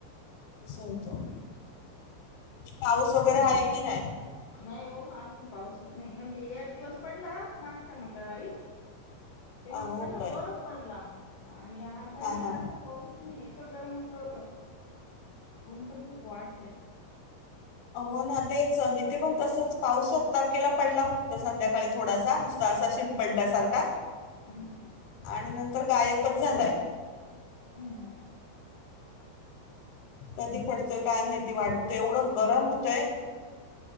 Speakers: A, on the left; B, on the left.
A: असं होत पाऊस वगैरे आहे की नाही.
B: नाही हो आज पाऊसच नाही, म्हणजे एक दिवस पडला मागच्या मंगळवारी. तेव्हा
A: अं, हो
B: पडला
A: काय
B: जोरात पडला, आणि आता
A: हा
B: नाही,
A: हा
B: तसा पाऊसच नाही, इतकं गरम होत. ऊन पण खूप वाढलय.
A: हो ना तेच इथे पण तसच पाऊसात तारखेला पडला फक्त संध्या काळी थोडासा नुसता अस शींप पडल्यासारख
B: हम्म
A: आणि नंतर गायच झालाय.
B: हम्म
A: कधी पडतोय काय माहिती वाढ बघ तोय गरम होतंय.